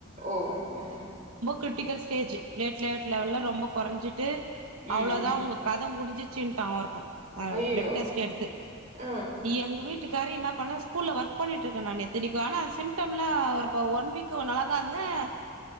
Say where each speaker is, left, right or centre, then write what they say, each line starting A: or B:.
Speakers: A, on the right; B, on the right.
A: ஓஹ் ஹோ
B: க்ரிட்டிக்கல்ஸ்டேஜ். பிலேட்லட் லெவல்லா ரொம்ப குறைஞ்சிட்டு தே
A: ம்
B: அவ்வளோதான் உங்க கதை முடிஞ்சு. சின்தாவு இருக்கு அஹ்
A: ஐயயோ
B: பிளட் டெஸ்ட் எடுத்து
A: ஆ
B: எங்க வீட்டு வீட்டுக்காரு என்ன பண்ணேன். ஸ்கூலில் ஒர்க் பண்ணிகிட்டுருக்கேன். நான் இத்தனக்கும் ஆனால் சிம்டம்லா ஒரு இப்போ ஒன் வீக் நல்லா தான் இருந்தேன்.